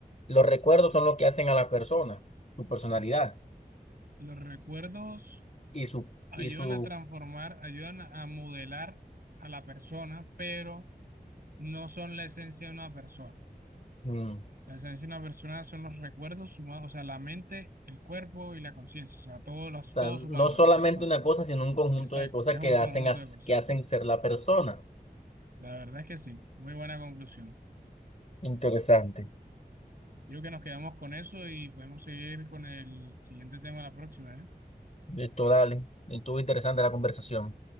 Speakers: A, on the left; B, on the right.
A: los recuerdos son lo que hacen a la persona, su personalidad.
B: Los recuerdos
A: y su,
B: ayudan
A: y su,
B: a transformar, ayudan a modelar a la persona, pero no son la esencia de una persona.
A: mm, o
B: La esencia de una persona son los recuerdos sumados, o sea, la mente, el cuerpo y la conciencia, o sea, todos los,
A: sea,
B: todos
A: no
B: sumados,
A: solamente
B: la persona.
A: una cosa, sino un conjunto
B: Exacto,
A: de cosas
B: es un
A: que
B: conjunto
A: hacen, as-
B: de cosas.
A: que hacen ser la persona.
B: La verdad es que sí, muy buena conclusión.
A: Interesante.
B: Digo que nos quedamos con eso y podemos seguir con el siguiente tema la próxima, ¿eh?
A: Esto, dale. Estuvo interesante la conversación.